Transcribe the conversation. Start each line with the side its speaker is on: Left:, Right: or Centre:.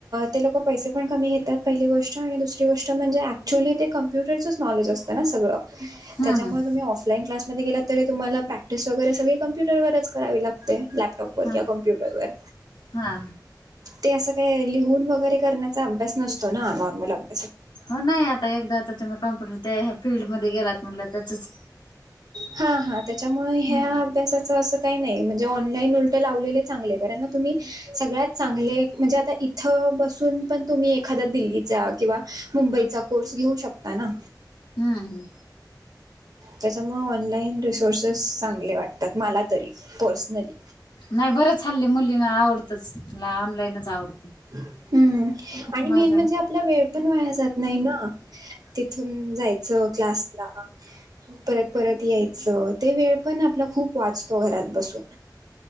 Right: ते लोकं पैसे पण कमी घेतात पहिली गोष्ट आणि दुसरी गोष्ट म्हणजे ऍक्च्युअली ते कम्प्युटरच नॉलेज असत ना सगळ,
Left: हं
Right: त्याच्यामुळे
Left: हं
Right: तुम्ही ऑफलाईन क्लासमध्ये गेलात तरी तुम्हाला प्रॅक्टी् क्टीस वगैरे सगळी कम्प्युटरवरच करावी लागते लॅपटॉपवर
Left: हां
Right: किवा कम्प्युटरवर.
Left: हां
Right: ते असं काय लिहून वगैरे करण्याचा अभ्यास नसतो ना, नॉर्मल अभ्या
Left: हो नाही आता एकदा आता तुम्ही कॉम्प्युटर त्या फीलल्डमध्ये गेलात म्हणलं त्याचच
Right: हा हा त्याच्या त्याच्यामुळे ह्या
Left: हं
Right: अभ्यासाचं असं काही नाही म्हणजे ऑनलाईन उलटे लावलेले चांगले आहे कारण तुम्ही सगळ्यात चांगले म्हणजे आता इथं बसून पण तुम्ही एखादा दिल्लीचा किंवा मुंबईचा कोर्स घेऊ शकता ना
Left: हं
Right: त्याच्यामुळ ऑनलाइन टिवश कोर्सेस चांगले वाटतात मला तरी पर्सनली.
Left: नाही बरं हल्ली मुलीना आवडतंच मला ऑनलाईनच आवडतं.
Right: हम्म आणि
Left: माझ्या
Right: मेन म्हणजे आ आपला वेळ पण वायाला जात नाही ना तिथून जायचं क्लासला. परत, परत यायचं ते वेळ पण आपला खूप वाचतो घरात बसून.